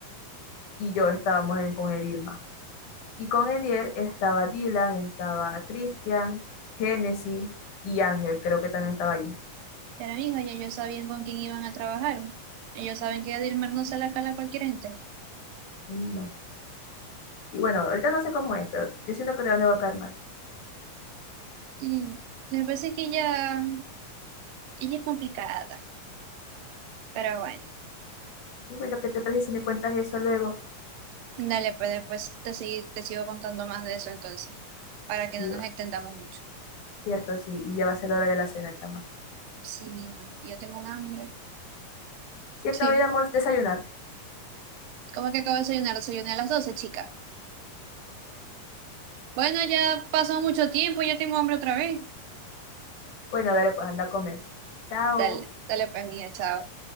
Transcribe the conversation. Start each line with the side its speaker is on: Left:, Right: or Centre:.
Left: Y yo estábamos en- con Edilma. Y con Edier estaba Dylan, estaba Christian, Genesis y Ángel, creo que también estaba allí.
Right: Ya la misma, ya ellos sabían con quién iban a trabajar. Ellos saben que Dilmer no se la cala a cualquier gente.
Left: Ay, No. Y bueno, ahorita no sé cómo es, pero yo siento que también me va a caer mal.
Right: Mm, Me parece que ella, ella es complicada, pero bueno.
Left: Y bueno, ¿qué te parece si me cuentas eso luego?
Right: Dale, pues después te, sigui- te sigo contando más de eso entonces, para que
Left: Sí,
Right: no nos
Left: va.
Right: extendamos mucho.
Left: Cierto, sí. Y ya va a ser la hora de la cena, chama.
Right: Sí, mira, yo tengo un hambre.
Left: Sí, acabé
Right: Sí,
Left: de almor- desayunar.
Right: ¿cómo que acabo de desayunar? Desayuné a las doce chica. Bueno, ya pasó mucho tiempo, ya tengo hambre otra vez.
Left: Bueno, dale, pues anda a comer. Chao.
Right: Dale, dale pues, mija, chao.